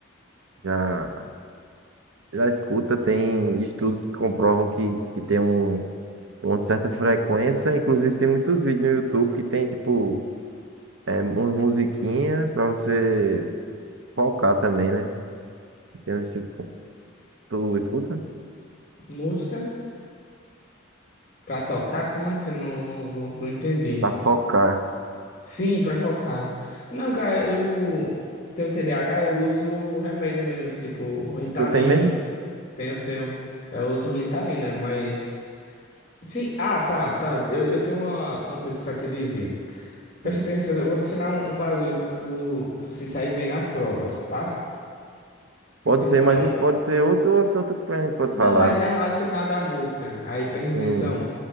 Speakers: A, on the right (about 75°); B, on the left (about 35°).
A: já, já escuta, tem estudos que comprovam que, que tem um com certa frequência. Inclusive, tem muitos vídeos no YouTube que tem, tipo, é, uma musiquinha pra você focar também, né? Tem uns tipo, tu escuta?
B: música pra tocar, como assim? Eu Não, não, não, não entendi.
A: Pra focar.
B: Sim, pra focar. Não, cara, eu tenho TDAH, eu uso o remédio mesmo, tipo, Ritalina.
A: Tu tem mesmo?
B: Tenho, tenho. Eu uso Ritalina, mas. Sim, ah, tá, tá. Eu, eu tenho uma, uma coisa pra te dizer. Preste
A: Sim.
B: atenção, eu vou te ensinar um, um bagulho pra tu, tu se sair bem nas provas, tá?
A: Pode
B: Tu
A: ser,
B: vai.
A: mas isso pode ser outro assunto que a gente pode
B: Não,
A: falar.
B: mas é relacionado à música. Aí preste atenção.
A: Hum,